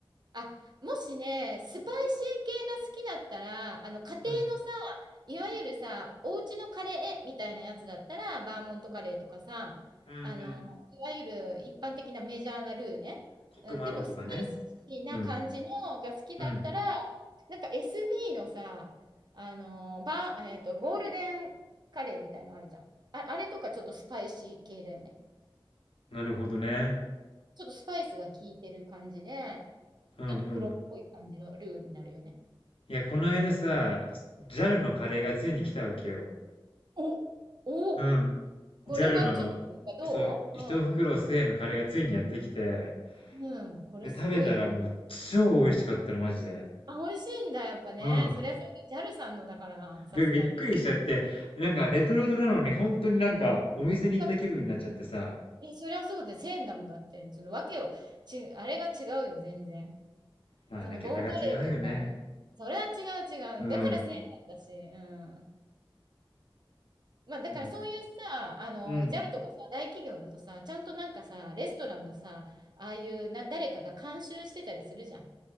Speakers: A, on the right; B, on the left.
A: あ、もしね、スパイシー系が好きだったら、あの、家庭のさ、
B: うん。
A: いわゆるさ、お家のカレーみたいなやつだったら、バーモントカレーとかさ、
B: うんうん。
A: あの、いわゆる一般的なメジャーなルーね。
B: コクマロとかね。
A: うん、でも、スパイシーな感じのが好きだったら、
B: うん。うん。
A: なんか SB のさ、あの、バー、えっと、ゴールデンカレーみたいなのあるじゃん。あ、あれとかちょっとスパイシー系だよね。
B: なるほどね。
A: ちょっとスパイスが効いてる感じで、
B: うんうん。
A: ちょっとプロっぽい感じのルーになるよね。
B: いや、この間さ、ジャルのカレーがついに来たわけよ。
A: お、お、
B: うん。
A: これはちょっとなんかどううん。
B: ジャルのあの、そう、一袋1のカレーがついにやってきて、
A: うん、これすごいよ。
B: で、食べたらもう超美味しかったの、マジで。
A: あ、美味しいんだ、やっぱね。
B: うん。
A: そりゃそうだ。ジャルさんのだから、さすがに。
B: びびっくりしちゃって、なんかレトルトなのに本当になんかお店に行った気分になっちゃってさ、
A: かえ、そりゃそうで、1000だもんだって。ちょっとわけを、ち、あれが違うよ、全然。
B: まあね、
A: そのボンカレーとか、
B: 桁が違うよね。
A: それは違う違う。
B: うん。
A: だからせ0なんだし、うん。まあ、だからそういうさ、
B: ね
A: あの、
B: うん。
A: ジャルとかさ、大企業だとさ、ちゃんとなんかさ、レストランのさ、ああいうな、誰かが監修してたりするじゃん。